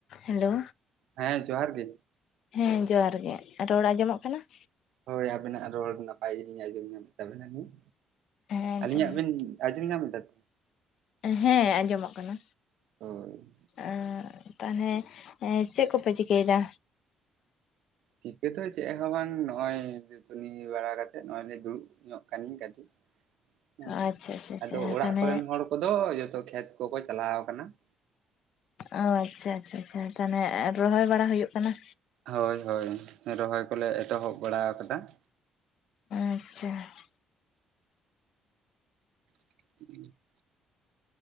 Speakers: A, on the left (about 55°); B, on the right (about 75°).
A: Hello,
B: ᱦᱮᱸ ᱡᱚᱸᱦᱟᱨ ᱜᱮ᱾
A: ᱦᱮᱸ ᱡᱚᱸᱦᱟᱨ ᱜᱮ ᱨᱚᱲ ᱟᱸᱡᱚᱢᱚᱜ ᱠᱟᱱᱟ?
B: ᱦᱳᱭ ᱟᱹᱵᱤᱱᱟᱜ ᱨᱚᱲ ᱱᱟᱯᱟᱭ ᱜᱮ ᱞᱤᱧ ᱟᱸᱡᱚᱢ ᱧᱟᱢᱮᱫ ᱛᱟᱵᱮᱱᱟᱞᱤᱧ
A: ᱦᱮᱸ
B: ᱟᱹᱞᱤᱧᱟᱜ
A: ᱛᱚ
B: ᱵᱤᱱ ᱟᱸᱡᱚᱢᱸ ᱧᱟᱢ ᱮᱫᱟᱛ?
A: ᱦᱮᱸ ᱟᱸᱡᱚᱢᱚᱜ ᱠᱟᱱᱟ᱾
B: ᱦᱳᱭ,
A: ᱮᱸ ᱛᱟᱦᱚᱞᱮ ᱪᱮᱫ ᱠᱚᱯᱮ ᱪᱤᱠᱟᱹᱭᱫᱟ?
B: ᱪᱤᱠᱟᱹ ᱛᱚ ᱪᱮᱫ ᱦᱚᱸ ᱵᱟᱝ ᱱᱚ-ᱚᱭ ᱫᱟᱹᱛᱩᱱᱤ ᱵᱟᱲᱟ ᱠᱟᱛᱮᱜ ᱱᱚ-ᱚᱭ ᱞᱮ ᱫᱩᱲᱩᱵ ᱧᱚᱜ ᱠᱟᱹᱱᱟᱹᱧ ᱠᱟᱹᱴᱤᱡ᱾
A: <unintelligible>
B: ᱦᱮᱸ <unintelligible>
A: ᱟᱪᱪᱷᱟ ᱟᱪᱪᱷᱟ
B: ᱟᱫᱚ ᱚᱲᱟᱜ
A: ᱛᱟᱦᱚᱞᱮ
B: ᱠᱚᱨᱮᱱ ᱦᱚᱲ ᱠᱚᱫᱚ ᱡᱚᱛᱚ ᱠᱷᱮᱛ ᱠᱚᱠᱚ ᱪᱟᱞᱟᱣ ᱠᱟᱱᱟ ᱾
A: ᱚ ᱟᱪᱪᱷᱟ ᱟᱪᱪᱷᱟ ᱟᱪᱷᱟ, ᱛᱟᱦᱚᱞᱮ ᱨᱚᱦᱚᱭ ᱵᱟᱲᱟ ᱦᱩᱭᱩᱜ ᱠᱟᱱᱟ?
B: ᱦᱳᱭ ᱦᱳᱭ ᱨᱚᱦᱚᱭ ᱠᱚᱞᱮ ᱮᱛᱚᱦᱚᱵ ᱵᱟᱲᱟ ᱟᱠᱟᱫᱟ ᱾
A: <inaudible>
B: <unintelligible>